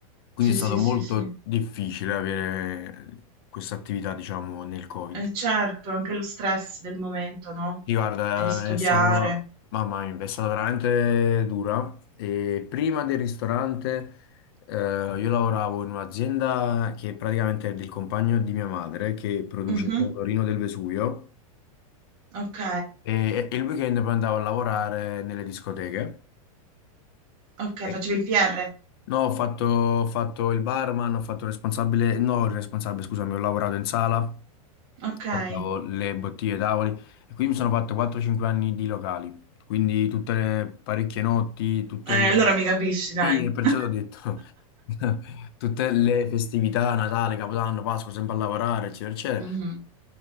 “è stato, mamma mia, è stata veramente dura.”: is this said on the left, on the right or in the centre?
Left